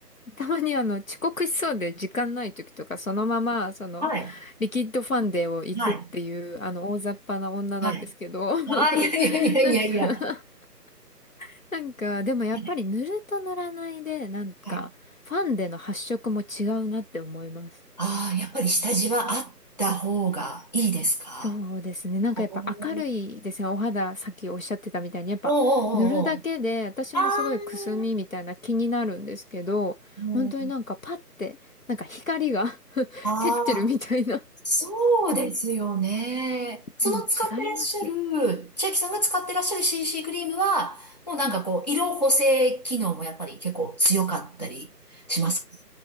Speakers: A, on the left; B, on the left.
A: たまにあの遅刻しそうで時間ない時とかそのままそのリキッドファンデを行くっていうあの大雑把な女なんですけど、
B: はい、はい、はい。
A: <laughs>
B: あーいやいやいやいやいや。
A: なんか、
B: は
A: <laughs> なんかでもやっぱり塗ると塗らないでなんかファンデの発色も違うなって思います。
B: い、はい。ああ、やっぱり下地はあった方がいいですか
A: そうですね。なんかやっぱ明るいですね。
B: おーおー
A: お肌、さっきおっしゃってたみたいに、やっぱ塗るだけで、
B: おーおーおー。
A: 私もすごいくすみみたいな気になるんですけど、
B: ああ、もう、
A: 本当になんかパッて、なんか光が <laughs>
B: ああ、
A: 照ってるみたいな。
B: そうですよね。その使ってらっしゃ
A: うん、違います。
B: る、千秋さんが使ってらっしゃる CC クリームは、もうなんかこう、
A: うん。
B: 色補正機能もやっぱり結構強かったりしますか
A: あ、